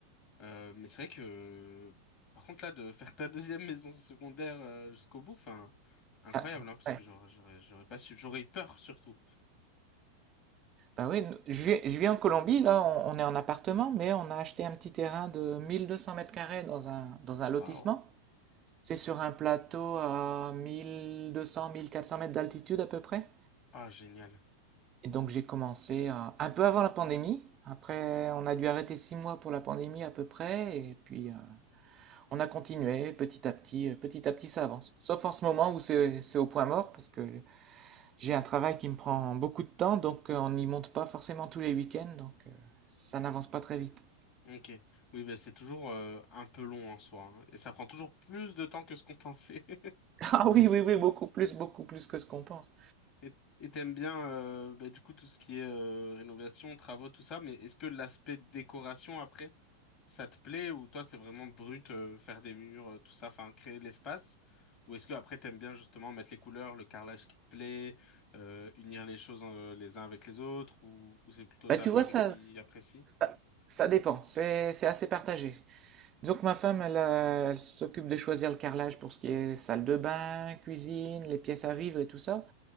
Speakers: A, on the left; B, on the right.
A: Euh, mais c'est vrai que, par contre, là, de faire ta deuxième <laughs> maison secondaire euh, jusqu'au bout, enfin, incroyable,
B: Ah,
A: hein, parce
B: ouais.
A: que j'aurais, j'aurais, j'aurais pas su, j'aurais eu peur surtout.
B: Bah oui, nous- je, vis- je vis en Colombie, là on, on est en appartement, mais on a acheté un petit terrain de 1200 mètres carrés dans un, dans un lotissement.
A: Waouh.
B: C'est sur un plateau à mille mille deux cents, mille quatre cents mètres d'altitude à peu près.
A: Ah, génial.
B: Et donc j'ai commencé euh, un peu avant la pandémie. Après, on a dû arrêter six mois pour la pandémie à peu près. Et puis euh, on a continué petit à petit. euh, petit à petit, ça avance. Sauf en ce moment où c'est c'est au point mort parce que j'ai un travail qui me prend beaucoup de temps. Donc euh, on n'y monte pas forcément tous les week-ends. Donc euh, ça n'avance pas très vite.
A: Ok. Oui, bah, c'est toujours euh, un peu long en soi, hein, et ça prend toujours plus de temps que ce qu'on pensait. <laughs>
B: <laughs> Ah oui, oui, oui, beaucoup plus, beaucoup plus que ce qu'on pense.
A: Et et t'aimes bien, euh, bah, du coup, tout ce qui est euh, rénovation, travaux, tout ça, mais est-ce que l'aspect décoration après? ça te plaît ou toi c'est vraiment brut, euh, faire des murs, euh, tout ça, enfin créer de l'espace? Ou est-ce que après t'aimes bien justement mettre les couleurs, le carrelage qui te plaît, euh, unir les choses euh, les uns avec les autres ou, ou c'est plutôt
B: Bah,
A: ta
B: tu
A: femme
B: vois, ça,
A: qui apprécie?
B: Ça, ça dépend, c'est c'est assez partagé. Disons que ma femme, elle, euh, elle s'occupe de choisir le carrelage pour ce qui est salle de bain, cuisine, les pièces à vivre et tout ça.